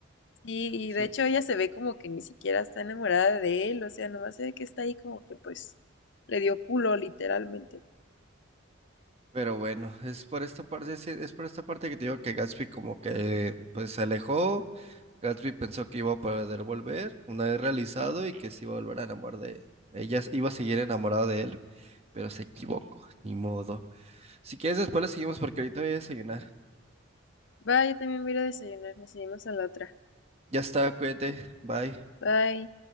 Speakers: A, on the left; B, on the right.
A: Sí, y
B: Sí.
A: de hecho ella se ve como que ni siquiera está enamorada de él, o sea, nomás se ve que está ahí como que pues le dio culo literalmente.
B: Pero bueno, es por esta parte, sí, es por esta parte que te digo que Gatsby como que pues se alejó. Gatsby pensó que iba a poder volver una vez realizado y que se iba a volver a enamorar de ella, iba a seguir enamorada de él, pero se equivocó, ni modo. Si quieres después le seguimos porque ahorita voy a desayunar.
A: Bye, yo también voy a ir a desayunar, nos seguimos a la otra.
B: Ya está, cuídate, bye.
A: Bye.